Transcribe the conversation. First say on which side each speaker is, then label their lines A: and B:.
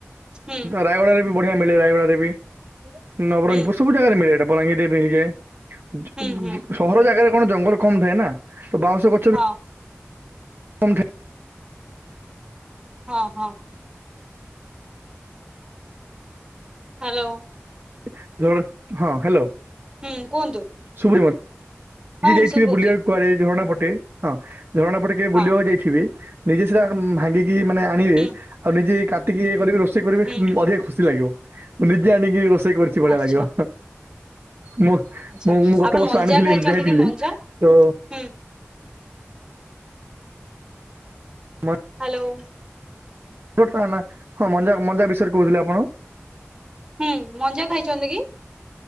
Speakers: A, on the right; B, on the right.
A: ହୁଁ
B: ରାୟଗଡ଼ା ରେ ବି ବଢ଼ିଆ ମିଳେ ରାୟଗଡ଼ାରେ ବି ନବରଙ୍ଗପୁର
A: ହୁଁ
B: ସବୁ ଜାଗାରେ ମିଳେ ଏଇଟା। ବଲାଙ୍ଗୀରରେ ମିଳିଯାଏ ଜ
A: ହୁଁ ହୁଁ
B: ଜ ସହର ଜାଗାରେ କଣ ଜଙ୍ଗଲ କମ ଥାଏ ନା ତ ବାଉଁଶ ଗ
A: ହଁ।
B: <unintelligible>
A: ହଁ ହଁ। ହ୍ୟାଲୋ
B: <unintelligible> ହଁ ହ୍ୟାଲୋ।
A: ହୁଁ କୁହନ୍ତୁ
B: ସୁବିନି
A: ହଁ
B: କି ଯାଇଥିବେ
A: ଶୁଭୁଛି
B: ବୁଲିବାକୁ କୁଆଡ଼େ ଝରଣା ପଟେ ହଁ ଝରଣା ପଟେ କେବେ ବୁଲିବାକୁ
A: ହଁ
B: ଯାଇଥିବେ ନିଜେ ସେଇଟା ଭାଙ୍ଗିକି ମାନେ ଆଣିବେ
A: ହୁଁ
B: ଆଉ ନିଜେ କାଟିକି ଇଏ କରିବେ ରସ୍ ଷେଇ କରିବେ
A: ହୁଁ
B: ଅଧିକ ଖୁସି ଲାଗିବ ମୁଁ ନିଜେ ଆଣିକି ରୋଷେଇ କରିଛି ଭଳିଆ
A: ଆଚ୍ଛା
B: ଲାଗିବ। ମୁଁ
A: ଆଚ୍ଛା
B: ମୁଁ ମୁଁ ଗତ
A: ଆପଣ
B: ବର୍ଷ
A: ମଞ୍ଜା
B: ଆଣିଥିଲି
A: ଖାଇଛନ୍ତି
B: ଏମିତି ଯାଇଥିଲି
A: କି ମଞ୍ଜା
B: ତ
A: ହୁଁ
B: ମଞ୍ଜା
A: ହ୍ୟାଲୋ
B: <unintelligible> ହଁ ମଞ୍ଜା ମଞ୍ଜା ବିଷୟରେ କହୁଥିଲେ ଆପଣ।
A: ହୁଁ ମଞ୍ଜା ଖାଇଛନ୍ତି କି?